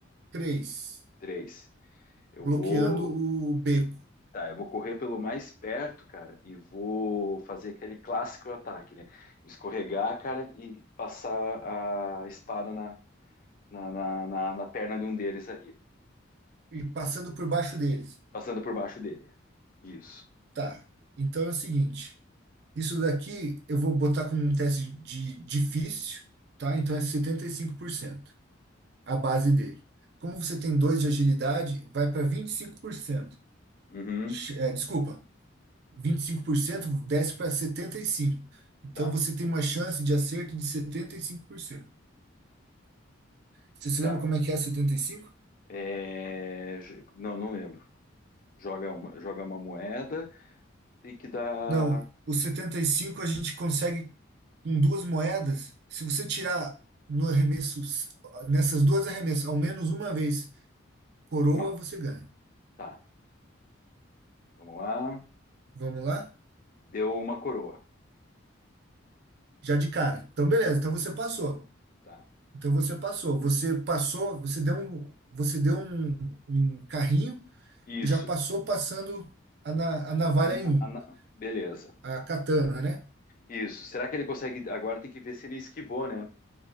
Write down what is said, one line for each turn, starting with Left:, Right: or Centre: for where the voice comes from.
Right: Três,
Left: Três. Eu
Right: bloqueando
Left: vou.
Right: o beco
Left: Tá, eu vou correr pelo mais perto, cara, e vou fazer aquele clássico ataque, né? Escorregar, cara, e passar a espada na, na, na, na, na perna de um deles ali,
Right: e passando por baixo deles.
Left: passando por baixo dele. Isso.
Right: Tá. Então é o seguinte, isso daqui eu vou botar como um teste de difícil, tá? Então é 75% a base dele. Como você tem dois de agilidade, vai para 25%.
Left: Uhum.
Right: De, ch- é, desculpa, 25% desce para 75%. Então
Left: Tá,
Right: você tem uma chance de acerto de 75%. Você se
Left: tá.
Right: lembra como é que é 75?
Left: É, j- Não, não lembro. Joga uma, joga uma moeda, tem que dar.
Right: Não, os 75 a gente consegue em duas moedas. Se você tirar no arremesso, nessas duas arremessas, ao menos uma vez, coroa,
Left: Não,
Right: você ganha.
Left: tá. Vamos lá.
Right: Vamos lá?
Left: Deu uma coroa.
Right: Já de cara. Então, beleza.
Left: Já-
Right: Então
Left: é,
Right: você passou.
Left: Tá.
Right: Então você passou. Você passou, você deu um, você deu um, um carrinho
Left: Isso.
Right: e já passou passando a, na, a navalha
Left: A-
Right: em um,
Left: a- a- beleza.
Right: a katana, né?
Left: Isso. Será que ele consegue? Agora tem que ver se ele esquivou, né?